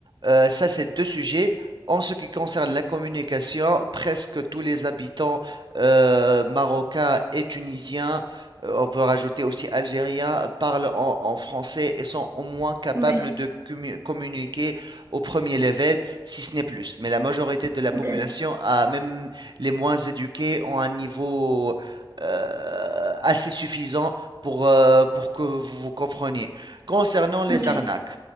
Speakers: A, on the right (about 55°); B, on the right (about 25°).
A: euh, ça c'est deux sujets. En ce qui concerne la communication, presque tous les habitants euh, marocains et tunisiens, euh, on peut rajouter aussi algériens, parlent en, en français et sont au moins capables
B: Oui.
A: de commu- communiquer au premier level, si ce n'est plus. Mais la majorité de la population,
B: Ok,
A: a, même les moins éduqués, ont un niveau euh, assez suffisant pour, euh, pour que vous vous compreniez. Concernant les
B: ok,
A: arnaques.